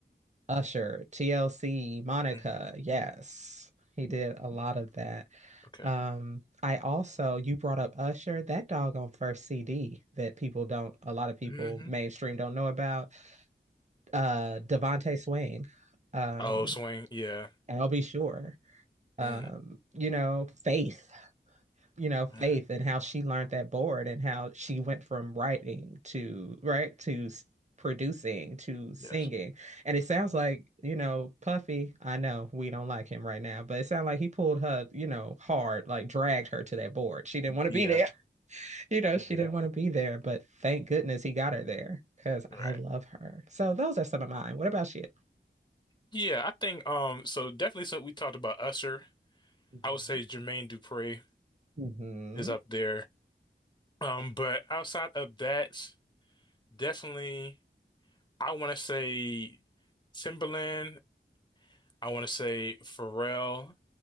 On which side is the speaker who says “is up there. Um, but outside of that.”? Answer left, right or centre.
Left